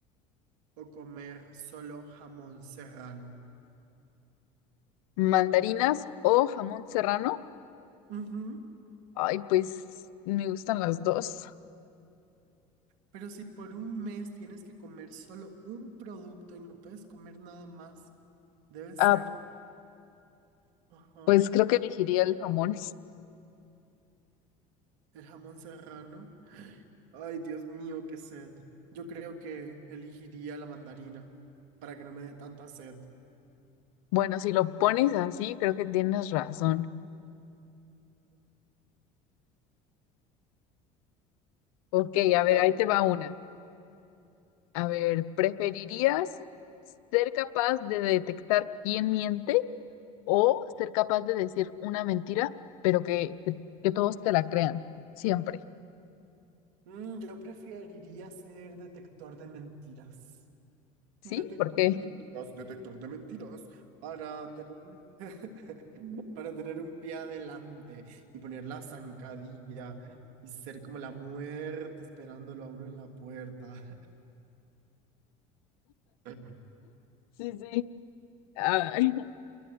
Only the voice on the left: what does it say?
¿Mandarinas o jamón serrano?
Ay, pues me gustan las dos.
Ah,
pues creo que elegiría el jamón.
Bueno, si lo pones así, creo que tienes razón. Ok, a ver,
ahí te va una. A ver, ¿preferirías ser capaz de detectar quién miente o ser capaz de decir una mentira, pero que, que, que todos te la crean, siempre,
¿sí?
Porque,
sí, sí, ah, <laughs>